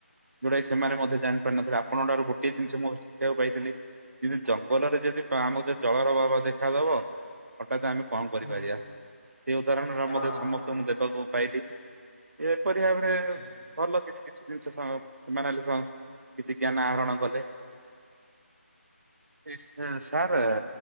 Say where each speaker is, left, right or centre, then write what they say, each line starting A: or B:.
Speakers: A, on the right; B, on the left.
A: ଯୋଉଟା ସେମାନେ ମଧ୍ୟ ଜାଣିପାରି ନଥିଲେ, ଆପଣଙ୍କ ଠାରୁ ଗୋଟିଏ ଜିନିଷ ମୁଁ ଶିଖିବାକୁ ପାଇଥିଲି। ଯଦି ଜଙ୍ଗଲରେ ଯଦି ପା-ଆମକୁ ଏ ଜଳର ଅଭାବ ଦେଖାଦବ। ହଠାତ୍ ଆମେ କଣ କରିପାରିବା?
B: ହୁଁ
A: ସେଇ ଉଦାହରଣରେ
B: ହଁ
A: ମୋତେ
B: ହଁ
A: ସମସ୍ତଙ୍କୁ ଦେବାକୁ ପାଇଲି। ଏପରି ଭାବରେ
B: ଆଚ୍ଛା
A: ଭଲ କିଛି କିଛି ଜିନିଷ ସଙ୍ଘ ସେମାନେ ହେଲେ ସ-କିଛି ଜ୍ଞାନ ଆହରଣ କଲେ। ଇ-ଅଁ, ସାରେ
B: ଆଚ୍ଛା